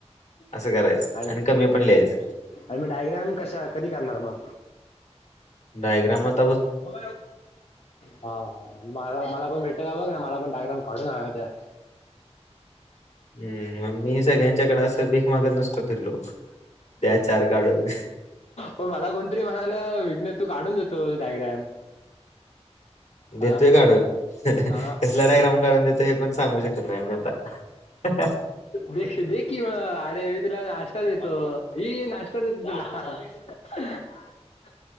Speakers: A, on the left; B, on the left.
A: असं करायचं
B: हाय.
A: आणि कमी पण लिहायचं
B: आणि डायग्राम कशा, कधी करणार मग?
A: डायग्रामात
B: हा! हा! हा! मला-मला कोण भेट का बघ ना मला पण डायग्राम काढून आणायच्या
A: हम्. मग मी सगळ्यांच्याकडे असं भीक मागत नसतो. फिरलो द्या चार काढून
B: पण मला कोणतरी म्हणाल विघ्न तू काढून देतो तो डायग्राम
A: देतोय
B: हा
A: काढून
B: हा
A: कसला डायग्राम
B: दे
A: काढून देतोय हे पण सांगू शकत नाही मी आता
B: दे दे कि म अरे मी तुला नाश्ता देतो. ये ये नाश्ता देतो तुला.